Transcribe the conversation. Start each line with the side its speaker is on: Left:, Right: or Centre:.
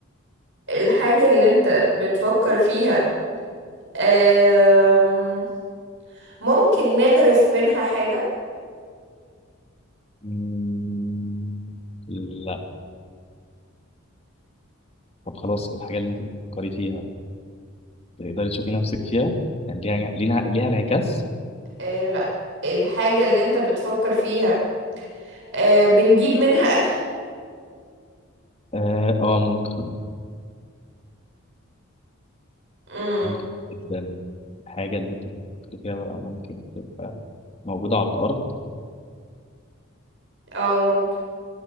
Right: الحاجة اللي انت بتفكر فيها آم، ممكن نغرف منها حاجة
Left: مم، لا طب خلاص الحاجة اللي انت بتفكري فيها بتقدري تشوفي نفسك فيها؟ يعني ليها ليها ليها انعكاس؟
Right: آه، لا الحاجة اللي انت بتفكر فيها آه، بنجيب منها أكل
Left: اه آه، ممكن
Right: مم.
Left: ممكن جدا الحاجة اللي انت بتفكري فيها بقى ممكن تبقى موجودة على الأرض
Right: اه ممكن